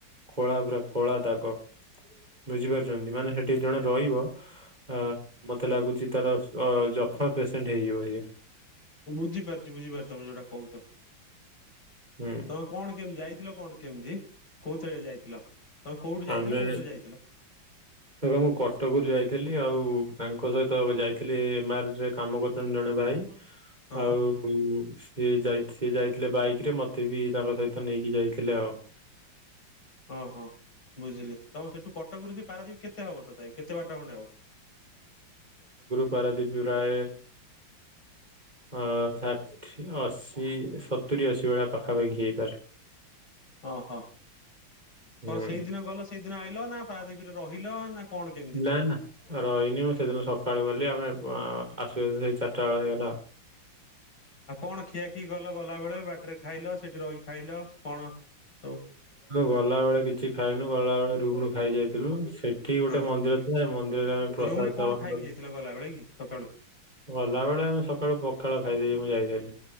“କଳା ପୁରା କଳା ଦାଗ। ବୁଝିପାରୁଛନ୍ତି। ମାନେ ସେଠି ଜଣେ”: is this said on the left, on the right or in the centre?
Right